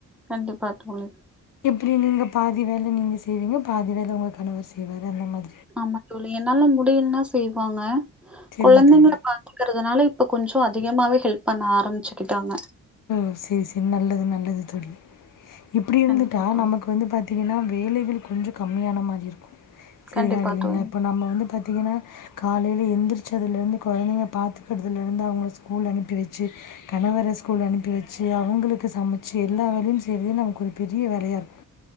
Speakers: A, in the centre; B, on the left.
A: கண்டிப்பா தோழி.
B: எப்படி நீங்க பாதி வேல நீங்க செ ய்வீங்க பாதி வேல உங்க கணவர் செய்வாரு அந்த மாதி
A: ஆமா தோழி என்னால முடியலன்னா செய்வாங்க
B: சரிங்க
A: கொழந்தைங்கள
B: தோழி
A: பாத்துக்குறதுனால இப்ப கொஞ்சம் அதிகமாவே ஹெல்ப் பண்ண ஆரம்பிச்சுக்கிட்டாங்க
B: ஓ செரி செரி நல்லது நல்லது தோழி இப்டி இருந்துட்டா
A: கண்டிப்பா தோழி.
B: நமக்கு வந்து பாத் தீங்கனா வேலைகள் கொஞ்சொ கம்மியான மாதிரி இருக்கும் செரிதா
A: கண்டிப்பா
B: இல்லைங்களா
A: தோழி.
B: இப்போ நம்ம வந்து பாத்திங்கன்னா காலையில எழந்திரிச்சதுலருந்து கொழந்தைங்க பாத்துக்கறதுலருந்து அவங்கள ஸ்கூல் அனுப்பி வச்சு கணவர ஸ் கூல் அனுப்பி வச்சு அவங்களுக்கு சமைச்சு எல்லா வேலையும் செய்றது நமக்கு ஒரு பெரிய வேலையா இருக்